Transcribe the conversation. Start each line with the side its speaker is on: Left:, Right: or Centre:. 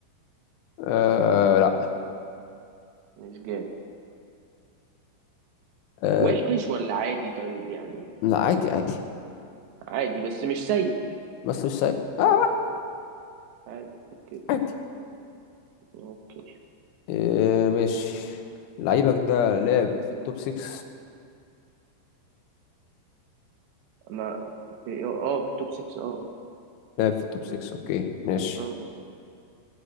Left: آه لا
Right: مش جامد
Left: آه
Right: وحش ولا عادي طيب يعني
Left: لا عادي عادي
Right: عادي بس مش سيء
Left: بس مش سيء آه
Right: عادي اوكي
Left: عادي
Right: اوكي
Left: إيه ماشي لعيبك ده لعب في التوب 6
Right: ما في- اه في التوب 6 اه
Left: لعب في التوب 6 اوكي ماشي
Right: اه